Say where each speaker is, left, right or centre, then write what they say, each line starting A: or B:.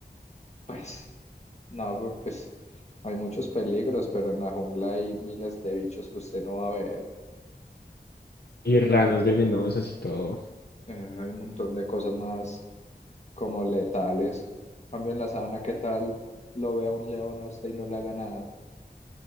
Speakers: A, on the left (about 40°); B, on the left (about 65°).
A: pues, no, pero, pues hay muchos peligros, pero en la jungla hay miles de bichos que usted no va a ver.
B: Y ranas venenosas y todo.
A: Eh, hay un montón de cosas más como letales. En Cambio en la sabana, ¿qué tal? Lo vea un león a usted y no le haga nada.